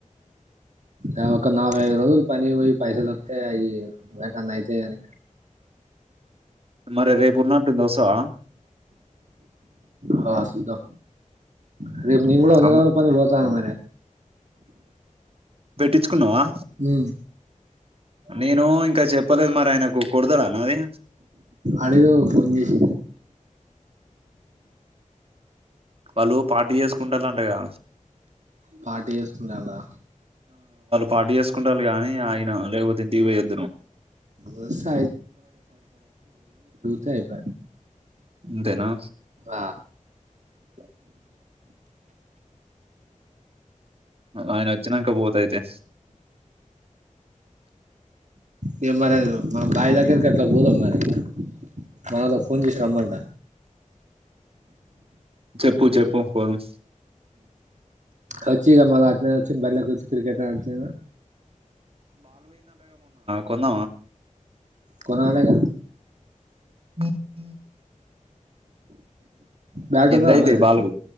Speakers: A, on the right; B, on the right.
A: అ ఒక నభై ఐదు రోజులు పని పోయి పైసలుొస్తా అవి వేంటన్నా అయితాయి అని
B: మరి రేపు ఉన్నట్ దోసా
A: హా సధా అది కూడా వందంద
B: అమ్మ
A: పన్న పోా అ మార
B: పెట్టించుకున్నావా
A: హ
B: నేను ఇంకా చెప్ప పల మారాజణ కుకుడధడానాది
A: అడుగు ఫోన్ చేసి
B: వాళ్ళు పార్టీ చేసుకుంటారు అంటేగా
A: పటీ చేసుకుంటలా
B: పార్టీఎస్ కుంటారు కానీ అయిన లేకపోతే దివ ఎద్దును
A: వస్తే సేప
B: అంతేనా
A: ఆ
B: అ ఆయన వచ్చాక పోతయితే
A: ఇక మరి మన బావి దగ్గరికి అట్లా పోదాం మరి ఇక మనతో ఫోన్ చేసి రమ్మంట
B: చెప్పు చెప్పు పోదు
A: వచ్చిక మ ఆ వచ్చి బళకి వచ్చి క్రికెట్ ఆడితే
B: కొందం
A: కొన్నలి ఇగా
B: <unintelligible>
A: బ్యాట్
B: ఎంతయితే
A: ఉందా మరి
B: బాలకు